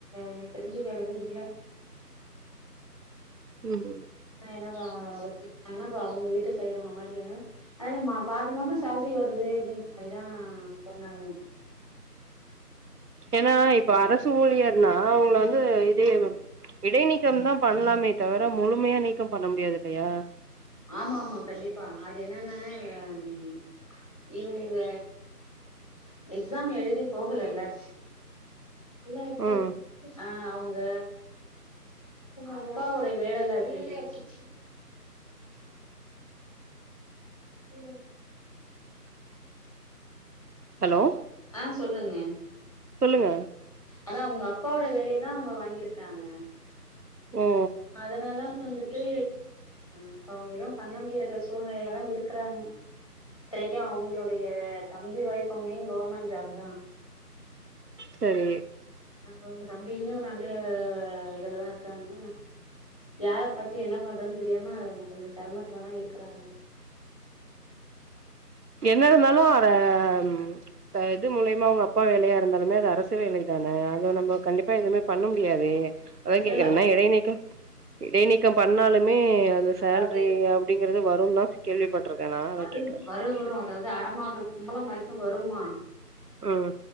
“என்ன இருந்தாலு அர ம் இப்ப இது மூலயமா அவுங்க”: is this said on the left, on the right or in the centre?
Right